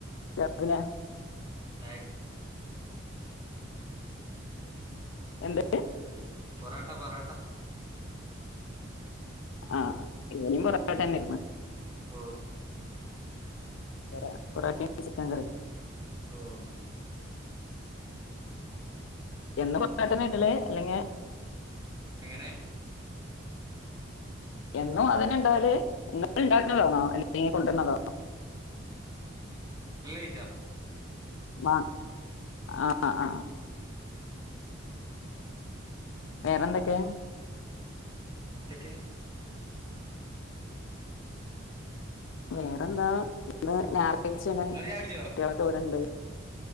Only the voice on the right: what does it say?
ചായ ക്കെ
പൊറാട്ട പൊറാട്ട.
ഉം
ഓ
ഓ
എങ്ങനെ
അല്ല ജ
എന്തക്കെ
ഇങ്ങള് ചായ കുടിച്ചോ